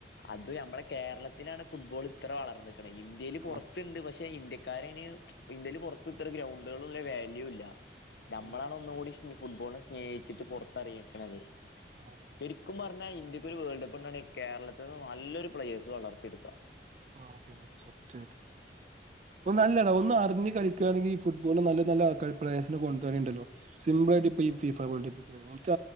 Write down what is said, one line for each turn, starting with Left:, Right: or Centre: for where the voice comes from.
Left: അത് നമ്മളെ കേരളത്തിലാണ് ഫുട്ബോൾ ഇത്ര വളർന്ന്ക്ക്ണെ ഇന്ത്യേൽ പൊറത്തുണ്ട്
Right: ആഹ്
Left: പക്ഷെ ഇന്ത്യക്കാര ഇപ്പ ഇന്ത്യയിൽ പൊർത്ത് ഇത്ര ഗ്രൗണ്ടുകളും ഇല്ല വാല്യൂ ഇല്ല നമ്മളാണ്
Right: ഇല്ല
Left: ഒന്ന് കൂടി ഫുട്ബോളിനെ സ്നേഹിച്ചിട്ട് പൊർ ത്തറിയിക്കണത്
Right: ആഹ്
Left: ശരിക്കും പർ പിന്നെ ഇന്ത്യക്ക് ഒരു വേൾഡ് കപ്പ് ഉണ്ടാന്നാൽ ഈ കേരളത്തിൽന്ന് നല്ലൊരു പ്ലയേഴ്സ് വളർത്തി യെടുക്കാം.
Right: ആഹ പിന്നെന്ന് സത്യട്ടോ ഒന്നല്ലടാ ഒന്ന് അറിഞ്ഞ് കളിക്കാ ണെങ്കി ഈ ഫുട്ബോള് നല്ല നല്ല ആൾക്കാരെ പ്ലേഴസിനെ കൊണ്ടുവരെണ്ടല്ലെ സിമ്പളായിട്ട്
Left: ഉം
Right: ഇപ്പംഈ ഫിഫാ വോൾഡ്കപ്പ് എനിക്ക്